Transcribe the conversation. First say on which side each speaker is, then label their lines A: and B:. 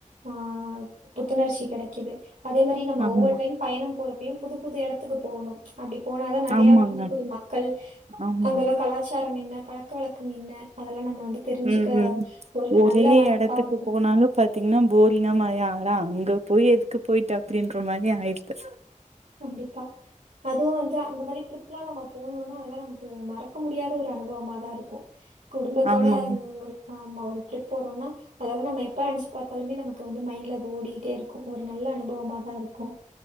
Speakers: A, on the right; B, on the right.
A: ஆ புத்துணர்ச்சி கெடைக்குது அதே மாரி நம்ம
B: ஆமா
A: ஒவ்வொரு டைம் பயணம் போறப்பையு புது புது எடத்துக்கு போகணு அப்படி போன தான் நெறைய
B: ஆமாங்க
A: புது புது மக்கள்
B: ஆமாங்க
A: அங்கெல்லா கலாச்சாரம் என்ன பழக்க வழக்கம் என்ன அதெல்லா நம்ம வந்து தெரிஞ்சுக்க
B: ம் ம்
A: ஒரு
B: ஒரே
A: நல்ல வாய்ப்பா
B: எடத்துக்கு
A: இருக்கு
B: போனாலு பாத்தீங்கன்னா போரிங்கா மாரி ஆ அங்க போய் எதுக்கு போயிட்டு அப்படின்ற மாரி ஆயிடுது
A: கண்டிப்பா அதுவு வந்து அந்த மாரி ட்ரிப் எல்லா நம்ம போணோம்னா அதெல்லாம நமக்கு மறக்க முடியாத ஒரு அனுபவமா தா இருக்கு குடும்பத்தோட
B: ஆமாங்க
A: ஒரு ஆமா ஒரு ட்ரிப் போறோன்னா அதெல்லா நம்ம எப்ப நெனைச்சு பாத்தாலுமே நமக்கு வந்து மைண்ட்ல அது ஓடிகிட்டே இருக்கு ஒரு நல்ல அனுபவமா தா இருக்கு